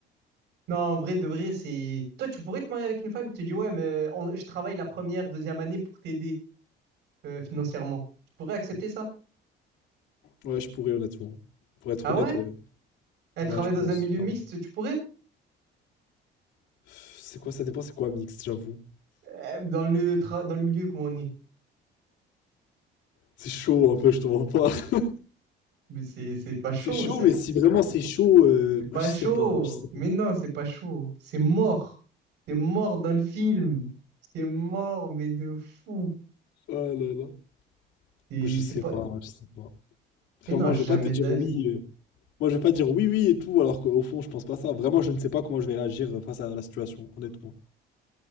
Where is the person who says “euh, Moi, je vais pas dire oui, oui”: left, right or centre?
Left